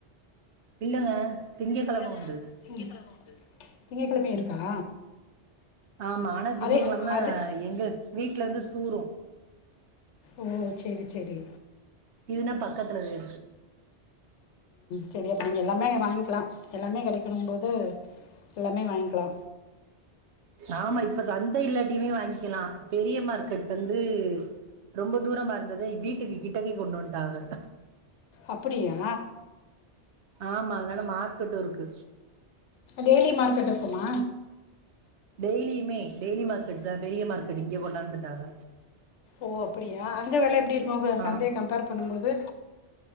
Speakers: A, on the right; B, on the left.
A: இல்லங்க திங்கக்கெழம
B: இல்லங்க
A: உண்டு
B: திங்ககிழம உண்டு திங்ககிழமையு இருக்கா
A: ஆமா ஆனா திங்ககிழம
B: அதே ஆமா ஆனா அது
A: எங்க வீட்ல இருந்து தூரோ
B: ஓ செரி செரி
A: இதுனா பக்கத்துலதே
B: செரி அப்ப நீங்க எல்லாமே வாங்கில்லா கெடைக்கணு போது எல்லாமே வாங்கில்லா
A: ஆமா இப்ப சந்தை இல்லாட்டியுமே வாங்கில்லா பெரிய மார்க்கெட் வந்து ரொம்ப தூரமா இருந்தத வீட்டுக்கு கிட்டக்க கொண்டு வந்துட்டாங்க
B: அப்டியா
A: ஆமா அதனால மார்க்கெட்டு இருக்கு
B: டெய்லி மார்க்கெட் இருக்குமா
A: டெய்லியுமே டெய்லி மார்க்கெட் தா பெரிய மார்க்கெட் இங்க கொண்டு வந்துட்டாங்க
B: ஓ அப்டியா அங்க வெல எப்டி இருக்கு இங்க
A: ஆ
B: சந்தய கம்பேர் பண்ணுபோது